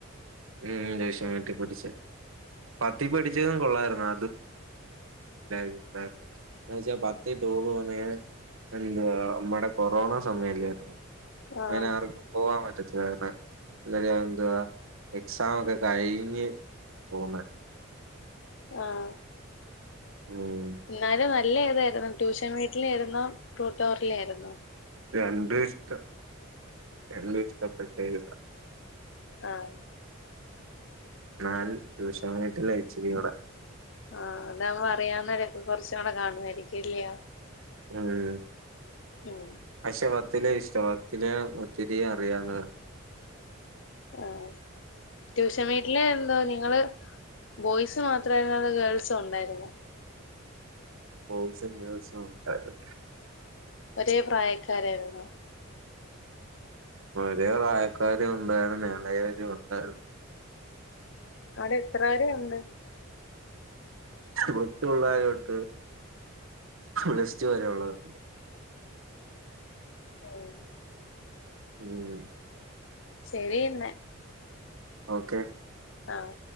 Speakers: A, on the right; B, on the left.
A: ഉം ട്യൂഷൻ വീട്ടിൽ പഠിച്ചേ പത്ത് പഠിച്ചതും കൊള്ളായിരുന്നു <unintelligible> എന്ന വെച്ചാ പത്തിൽ ടൂർ പോകുന്നേ നമ്മടെ കൊറോണ സമയല്ലായിരുന്നോ?
B: ആഹ്
A: അങ്ങനെ ആർക്കും പോവാൻ പറ്റത്തില്ല കാര എ എന്തുവാ? എക്സാം ഒക്കെ കഴിഞ്ഞ് പോന്നെ
B: ആഹ്
A: ഉം
B: ഇന്നാലും നല്ല ഏതായിരുന്നു ട്യൂഷൻ വീട്ടില ആയിരുന്നോ ട്ടൂട്ടോറിയൽ ആയിരുന്നോ?
A: രണ്ടും ഇഷ്ടം രണ്ടും ഇഷ്ടപ്പെട്ടരുതാ
B: ആഹ്
A: നാല് ടൂഷൻ വീട്ടിലാ ഇച്ചിരി യോടെ?
B: ആഹ് അതാവ്മ്പോ അറിയന്നരൊക്കെ കൊറച്ച കൂടെ കാണുവായിരിക്കില്ലയോ?
A: ഉം
B: ഉം
A: പക്ഷെ വത്തിനെ ഇഷ്ടം വത്തിന് വത്തിരി അറിയാവുന്ന.
B: ആഹ് ട്യൂഷൻ വീട്ടില് എന്തോ നിങ്ങള്. ബോയ്സ് മാത്രമായിരുന്നു അതോ ഗേൾസും ഉണ്ടായിരുന്നോ?
A: ബോയ്സൻ ഗേൾസും ഉണ്ടായിരുന്നു
B: ഒരേ പ്രായക്കാരായിരുന്നോ?
A: വരേ പ്രായക്കാരും ഉണ്ടായരുന്നു എളെവരു ഉണ്ടായിരുന്നു.
B: അവിടെ എത്ര വരെ ഉണ്ട്?
A: കൊച്ച ഉള്ളായിട്ട് ലിസ്റ്റ് വരെ ഉള്ളതണ്ട്
B: ഓഹ്
A: ഉം
B: ശരി എന്നെ
A: ഓക്കെ
B: ആഹ്